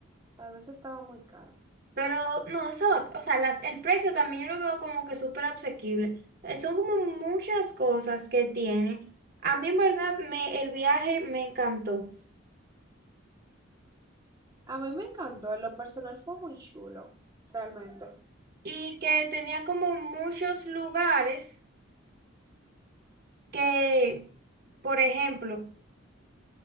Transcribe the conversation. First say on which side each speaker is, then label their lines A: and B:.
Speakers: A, on the right; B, on the right.
A: Tal vez estaba muy caro.
B: pero no, eso, o sea, las, el precio también yo lo veo como que súper asequible. Eh, Son como muchas cosas que tiene. A mí en verdad me, el viaje me encantó.
A: A mí me encantó, en lo personal fue muy chulo, realmente.
B: y que tenía como muchos lugares que, por ejemplo,